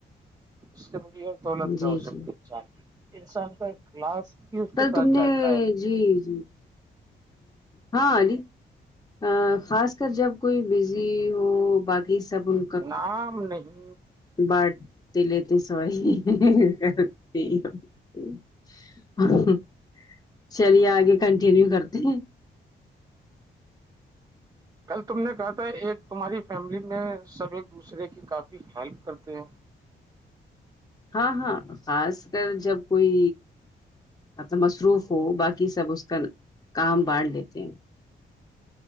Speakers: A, on the right (about 20°); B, on the left (about 20°).
A: اس سے م دولت
B: جی
A: کی ہوک
B: جی
A: ہے <unintelligible> انسان کا اخلاص ھی اس
B: کل
A: کے ساتھ
B: تم نے
A: جاتا ہے
B: جی جی ہاں علی آ خاص کر جب کوئی بزی ہو باقی سب ان
A: نام نہیں
B: بٹ تے لیتے سو ری <unintelligible> امم چلیے آگے کنٹینیو کرتے ہیں
A: کل تم نے کہا تھا ایک تمہاری فیملی میں سب ایک دوسرے کی کافی ہیلپ کرتے ہو
B: ہاں ہاں خاص کر جب کوئی میں تو مصروف ہو باقی سب اس کن کام بانٹ لیتے ہیں